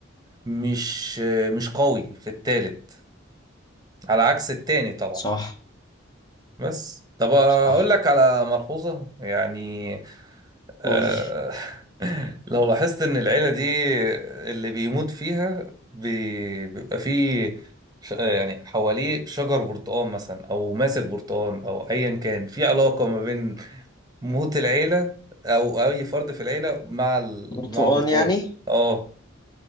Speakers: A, on the right; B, on the left.
A: مش مش قوي في التالت على عكس التاني طبعا
B: صح
A: بس طب اقول
B: صح
A: لك على ملحوظه يعني آه،
B: قول
A: <laughs> لو لاحظت ان العيلة دي اللي بيموت فيها بي- بيبقى فيه ش- يعني حواليه شجر برتقال مثلا او ماسك برتقال او ايا كان في علاقة ما بين موت العيلة او اي فرد في العيلة مع ال-
B: برتقان
A: مع البرتقال
B: يعني
A: اه